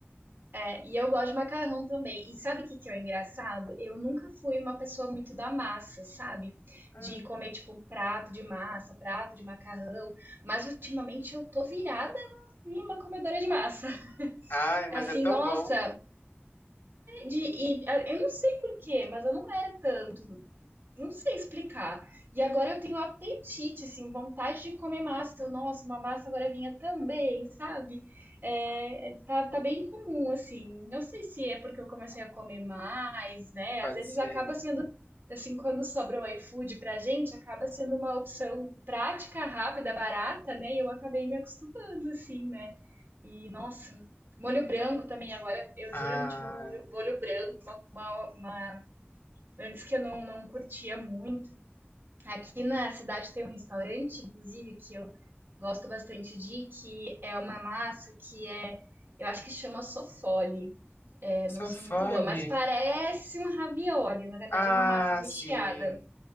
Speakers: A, on the right; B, on the left.
A: é, e eu gosto de macarrão também. E sabe o que que é o engraçado? Eu nunca fui uma pessoa muito da massa, sabe?
B: Ah,
A: De comer tipo um prato de massa, prato de macarrão, mas ultimamente eu tô virada em uma comedora de massa. <laughs>
B: Ai, mas
A: Assim,
B: é tão
A: nossa,
B: bom,
A: de, e, ah, eu não sei por quê, mas eu não era tanto. Não sei explicar. E agora eu tenho apetite, assim, vontade de comer massa. Eu, nossa, uma massa agora vinha também, sabe? É, é, tá, tá bem comum, assim. Não sei se é porque eu comecei a comer mais, né?
B: pode
A: Às vezes
B: ser.
A: acaba sendo, assim, quando sobra o iFood pra gente, acaba sendo uma opção prática, rápida, barata, né? E eu acabei me acostumando, assim, né? E, nossa, molho branco também. Agora eu
B: Ah,
A: geralmente vou no molho, molho branco, uma, uma uma antes que eu não, não curtia muito. Aqui na cidade tem um restaurante, inclusive, que eu gosto bastante de ir, que é uma massa que é, eu acho que chama sofole. É,
B: só
A: não sou
B: fole.
A: muito boa, mas parece um ravioli. Na verdade,
B: Ah,
A: é uma massa recheada.
B: sim,